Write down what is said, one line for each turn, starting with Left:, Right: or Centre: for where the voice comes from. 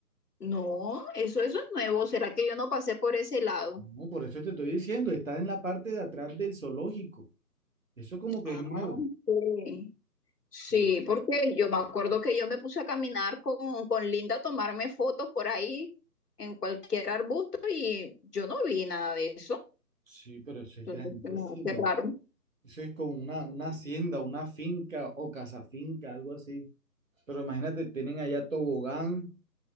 Left: No, eso, eso es nuevo. ¿Será que yo no pasé por ese lado?
Right: No, por eso te estoy diciendo, está en la parte de atrás del zoológico. Eso como que
Left: Ah,
Right: es nuevo.
Left: ok. Sí,
Right: Sí,
Left: porque yo me acuerdo que yo me puse a caminar con, con Linda a tomarme fotos por ahí en cualquier arbusto y yo no vi nada de eso.
Right: sí, pero eso es
Left: Entonces
Right: grandísimo.
Left: se me hace raro.
Right: Eso es como una, una hacienda, una finca o casa finca, algo así. Pero imagínate, tienen allá tobogán,